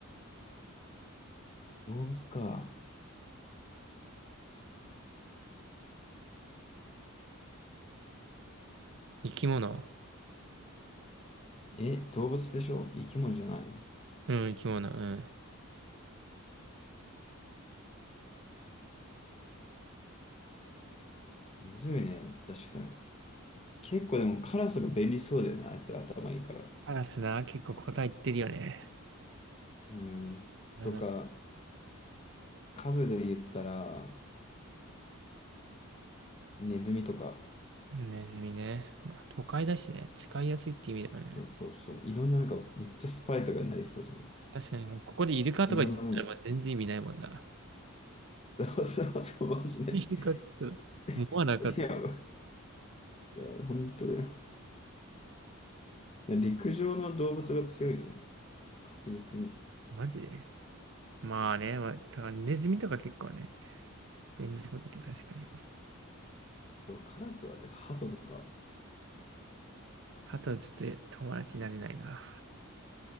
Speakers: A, on the left; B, on the right.
A: 動物か。
B: 生き物。
A: え、動物でしょ生き物じゃないの
B: うん、生き物。うん。
A: むずいね。確かに。結構でもカラスが便利そうだよね。あいつら頭いいから。
B: カラスな、結構答え言ってるよね。
A: うん。
B: なんか、
A: とか、数で言ったら、ネズミとか。
B: ネズミね。まあ、都会だしね。使いやすいって意味だよね。
A: そうそうそう。いろんななんかめっちゃスパイとかになりそうじゃない
B: 確かに、もうここでイルカとか言ってたらまあ全然意味ないもんな。
A: いろんなもの。そうそうそう、マジで。
B: イルカって言ったらもうなかった。
A: <laughs> いや、いや、本当だよ。陸上の動物が強いよね。確実に。
B: マジでまあね、まあ、だからネズミとか結構ね、便利そうだけど確かに。
A: そう、カラスだってハトとか。
B: あとはちょっと友達になれないな。